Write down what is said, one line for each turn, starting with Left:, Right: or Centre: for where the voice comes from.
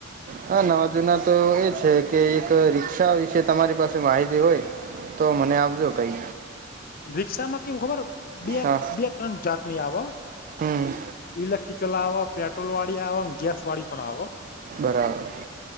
Right: હા નવા જુના તો એ છે કે એક રિક્ષા વિશે તમારી પાસે માહિતી હોય. તો મને આપજો કઈ.
Left: રિક્ષામાં કેવું ખબર હે બે
Right: હા
Left: બે ત્રણ જાતની આવ.
Right: હમ
Left: ઇલેક્ટ્રિકલ આવ, પેટ્રોલવાળી આવ, ને ગેસવાળી પણ આવ.
Right: બરાબર.